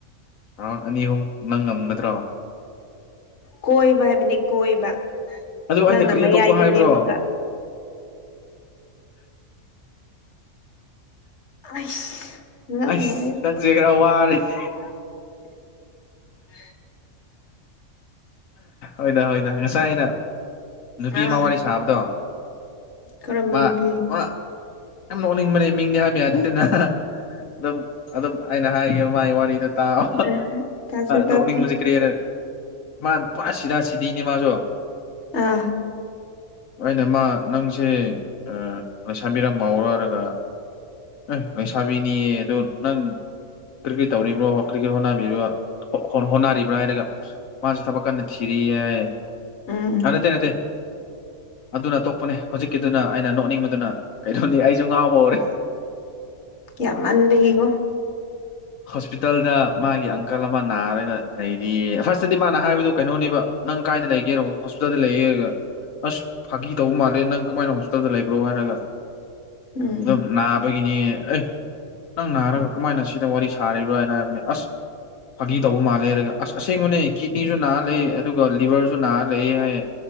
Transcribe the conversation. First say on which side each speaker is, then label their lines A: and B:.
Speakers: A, on the left (about 80°); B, on the left (about 60°).
A: ꯔꯥꯎꯟ ꯑꯅꯤ ꯑꯍꯨꯝ ꯅꯪ ꯉꯝꯒꯗ꯭ꯔꯣ
B: ꯀꯣꯏꯕ ꯍꯥꯏꯕꯅꯤ ꯀꯣꯏꯕ
A: ꯑꯗꯨ
B: ꯅꯪꯅ
A: ꯑꯩꯅ ꯀꯔꯤ
B: ꯃꯌꯥꯏꯗ
A: ꯑꯇꯣꯞꯄ ꯍꯥꯏꯕ꯭ꯔꯣ
B: ꯂꯦꯞꯄꯒ ꯑꯁ ꯉꯛ
A: ꯑꯁ
B: ꯅꯥꯥꯏꯌꯦ
A: <unintelligible>
B: <inaudible>
A: ꯍꯣꯏꯗ ꯍꯣꯏꯗ ꯉꯁꯥꯏ ꯑꯩꯅ ꯅꯨꯄꯤ
B: ꯑꯥ
A: ꯑꯃ ꯋꯥꯔꯤ ꯁꯥꯕꯗꯣ
B: ꯀꯔꯝꯕ
A: ꯃꯥ
B: ꯅꯨꯄꯤ
A: ꯃꯥ ꯌꯥꯝ ꯅꯣꯛꯅꯤꯡꯕꯅꯦ ꯃꯤꯡꯗꯤ ꯍꯥꯏꯕ ꯌꯥꯗꯦꯅ ꯑꯗꯨꯝ ꯑꯗꯨꯝ ꯑꯩꯅ ꯍꯥꯏꯒꯦꯕ ꯃꯥꯒꯤ ꯋꯥꯔꯤꯗꯣ ꯇꯥꯎ
B: ꯑꯦ ꯇꯥꯁꯦ ꯇꯥꯁꯦ
A: ꯅꯣꯛꯅꯤꯡꯕꯁꯤ ꯀꯔꯤꯅ ꯃꯥꯁꯨ ꯁꯤꯗꯥ ꯁꯤꯗꯤꯅꯦ ꯃꯥꯁꯨ
B: ꯑꯥ
A: ꯑꯅꯥ ꯃꯥ ꯅꯪꯁꯦ ꯑ ꯂꯩꯁꯥꯕꯤꯔ ꯃꯧꯔ ꯍꯥꯏꯔꯒ ꯑꯍ ꯂꯩꯁꯥꯕꯤꯅꯤꯌꯦ ꯑꯗꯨ ꯅꯪ ꯀ꯭ꯔꯤꯀꯩ ꯇꯧꯔꯤꯕ꯭ꯔꯣ ꯀ꯭ꯔꯤꯀꯩ ꯍꯣꯠꯅꯕꯤꯔꯤꯕ ꯍꯣꯠ-ꯍꯣꯠꯅꯔꯤꯕ꯭ꯔꯥ ꯍꯥꯏꯔꯒ ꯃꯥꯁꯨꯦ ꯊꯕꯛ ꯀꯟꯅ ꯊꯤꯔꯤꯌꯦ ꯍꯥꯏꯌꯦ
B: ꯎꯝ
A: ꯑꯥ ꯅꯠꯇꯦ ꯅꯠꯇꯦ ꯑꯗꯨꯅ ꯑꯇꯣꯞꯄꯅꯦ ꯍꯧꯖꯤꯛꯀꯤꯗꯨꯅ ꯑꯩꯅ ꯅꯣꯛꯅꯤꯡꯕꯗꯨꯅ ꯀꯩꯅꯣꯅꯤ ꯑꯩꯁꯨ ꯉꯥꯎꯕ ꯍꯧꯔꯦ
B: ꯌꯥꯝꯃꯟꯕꯒꯤꯀꯣ
A: ꯍꯣꯁꯄꯤꯇꯥꯜꯗ ꯃꯥꯒꯤ ꯑꯪꯀꯜ ꯑꯃ ꯅꯥꯔꯒ ꯂꯩꯔꯤꯌꯦ ꯐꯥꯔꯁꯇꯗꯤ ꯃꯥꯅ ꯍꯥꯏꯕꯗꯨ ꯀꯩꯅꯣꯅꯦꯕ ꯅꯪ ꯀꯥꯏꯗ ꯂꯩꯒꯦꯔꯣ ꯍꯣꯁꯄꯤꯇꯥꯜꯗ ꯂꯩꯌꯦꯒ ꯑꯁ ꯐꯥꯒꯤ ꯇꯧꯕ ꯃꯥꯜꯂꯦ ꯅꯪ ꯀꯃꯥꯏꯅ ꯍꯣꯁꯄꯤꯇꯥꯜꯗ ꯂꯩꯕ꯭ꯔꯣ ꯍꯥꯏꯔꯒ
B: ꯎꯝ
A: ꯑꯗꯨꯝ ꯅꯥꯕꯒꯤꯅꯤ ꯑꯦ ꯅꯪ ꯅꯥꯔꯒ ꯀꯃꯥꯏꯅ ꯁꯤ ꯋꯥꯔꯤ ꯁꯥꯔꯤꯕ꯭ꯔꯥ ꯍꯥꯏꯅ ꯍꯥꯏꯕꯅꯤ ꯑꯁ ꯐꯥꯒꯤ ꯇꯧꯕ ꯃꯥꯜꯂꯦ ꯍꯥꯏꯔꯒ ꯑꯁ ꯑꯁꯦꯡꯕꯅꯦ ꯀꯤꯠꯅꯤꯁꯨ ꯅꯥ ꯂꯩ ꯑꯗꯨꯒ ꯂꯤꯚꯔꯁꯨ ꯅꯥꯔ ꯂꯩ ꯍꯥꯏꯌꯦ